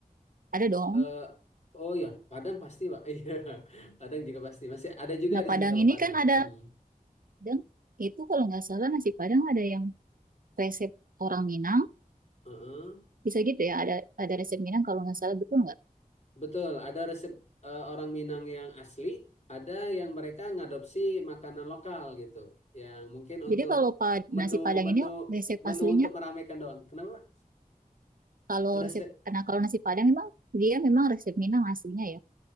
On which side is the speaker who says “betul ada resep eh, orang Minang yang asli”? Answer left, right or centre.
Left